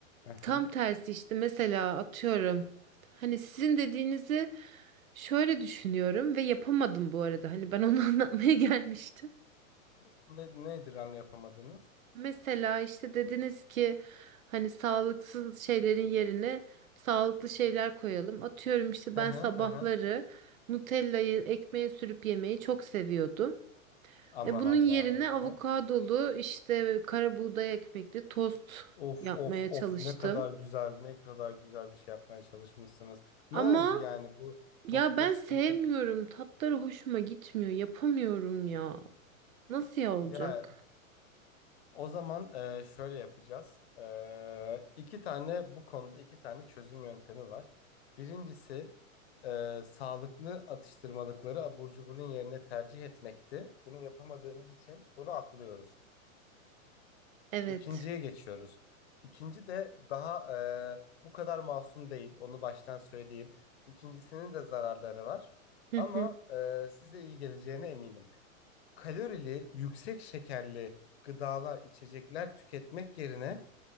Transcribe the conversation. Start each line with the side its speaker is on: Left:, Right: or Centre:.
Left: aha.
Right: Tam tersi işte mesela atıyorum. Hani sizin dediğinizi şöyle düşünüyorum ve yapamadım bu arada. Hani ben onu <laughs> anlatmaya gelmiştim.
Left: Ne, nedir hamle yapamadınız?
Right: Mesela işte dediniz ki hani sağlıksız şeylerin yerine sağlıklı şeyler koyalım. Atıyorum işte
Left: Hı
Right: ben
Left: hı
Right: sabahları
Left: hı. hı.
Right: Nutella'yı ekmeğe sürüp yemeyi çok seviyordum.
Left: Aman
Right: E bunun
Left: Allah'ım.
Right: yerine
Left: Hı
Right: avokadolu
Left: hı.
Right: işte kara buğday ekmekli tost
Left: Of
Right: yapmaya
Left: of of
Right: çalıştım.
Left: ne kadar güzel ne kadar güzel bir şey yapmaya çalışmışsınız. Ne
Right: Ama
Left: oldu yani bu tostta
Right: ya ben
Left: sıkıntı
Right: sevmiyorum.
Left: ne?
Right: Tatları hoşuma gitmiyor. Yapamıyorum ya. Nasıl ya olacak?
Left: Ya o zaman e, şöyle yapacağız. E, iki tane bu konuda iki tane çözüm yöntemi var. Birincisi e, sağlıklı atıştırmalıkları abur cuburun yerine tercih etmekti. Bunu yapamadığınız için bunu atlıyoruz.
Right: Evet.
Left: İkinciye geçiyoruz. İkinci de daha e, bu kadar masum değil. Onu baştan söyleyeyim. İkincisinin de zararları var.
Right: Hı
Left: Ama
Right: hı.
Left: e, size iyi geleceğine eminim. Kalorili, yüksek şekerli gıdalar, içecekler tüketmek yerine